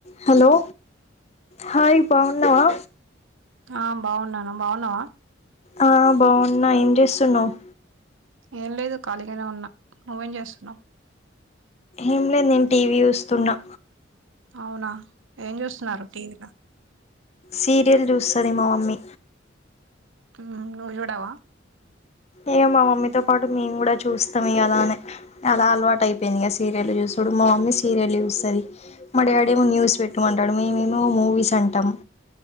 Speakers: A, on the left (about 35°); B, on the right (about 80°).
A: హలో హాయ్ బాగున్నావా.
B: ఆ బాగున్నాను బాగున్నావా.
A: ఆ బాగున్నా ఏం చేస్తున్నావ్
B: ఏం లేదు ఖాళీగానే ఉన్నా నువ్వేం చేస్తున్నావు.
A: ఏమిలేదు నేను టీవీ చూస్తున్నా.
B: అవునా ఏం చూస్తున్నారు టీవీల.
A: సీరియల్ చూస్తది మా మమ్మీ.
B: ఉమ్ నువ్వు చూడవా.
A: ఇక మా మమ్మీతో పాటు మేము కూడా చూస్తాం. ఇగ అలానే అలా అలవాటు అయిపోయింది ఇక సీరియల్ చూసుడు మా మమ్మీ సీరియల్ చూస్తది. మా డాడి ఏమో న్యూస్ పెట్టుకుంటాడు మేముమో మూవీస్ అంటాము.